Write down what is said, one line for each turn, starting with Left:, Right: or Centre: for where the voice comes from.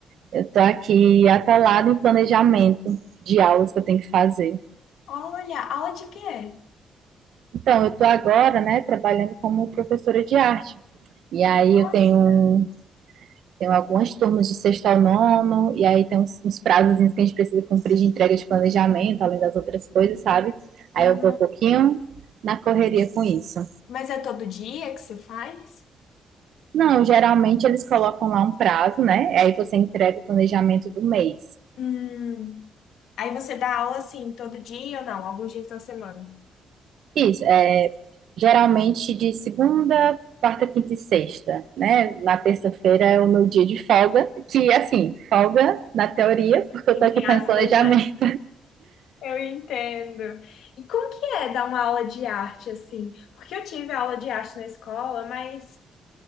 Right: eu tô aqui atalado em planejamento de aulas que eu tenho que fazer.
Left: Olha, aula de quê?
Right: Então, eu tô agora, né, trabalhando como professora de arte. E aí
Left: Nossa.
Right: eu tenho, tenho algumas turmas de sexto ao nono, e aí tem uns, uns prazos que a gente precisa cumprir de entrega de planejamento, além das outras coisas, sabe?
Left: Ah,
Right: Aí eu tô um pouquinho na correria com isso.
Left: mas é todo dia que você faz?
Right: Não, geralmente eles colocam lá um prazo, né? Aí você entrega o planejamento do mês.
Left: Hum. Aí você dá aula assim, todo dia ou não? Alguns dias da semana?
Right: Isso, é, geralmente de segunda, quarta, quinta e sexta, né? Na terça-feira é o meu dia de folga, que assim, folga na teoria, porque eu
Left: Entre
Right: tô aqui
Left: aspas,
Right: fazendo planejamento.
Left: né? Eu entendo. E como que é dar uma aula de arte assim? Porque eu tive aula de arte na escola, mas